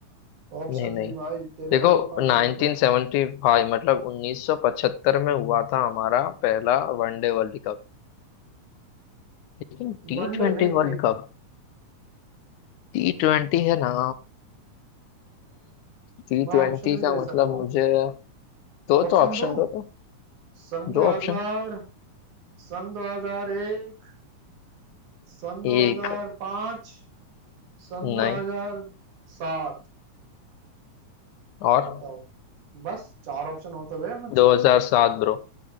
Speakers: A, on the right; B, on the left.
A: ऑप्शन
B: नहीं नहीं
A: भी भाई तेरे
B: देखो
A: भाई के पास
B: 1975
A: बहुत ऑप्शन
B: मतलब 1975 में हुआ था हमारा पहला वनडे वर्ल्ड कप लेकिन T
A: वनडे
B: twenty
A: नहीं
B: world
A: टी
B: cup T twenty है ना टी
A: मैं
B: ट्वेंटी
A: ऑप्शन भी
B: का
A: दे सकता
B: मतलब
A: हूँ
B: मुझे दो
A: ऑप्शन
B: तो ऑप्शन
A: दूं
B: दो तो
A: सन 2000
B: दो ऑप्शन
A: सन 2001 सन 2005
B: एक
A: सन 2007
B: नहीं और
A: बताओ बस चार ऑप्शन हो तो गए मैं चार
B: 2007 ब्रो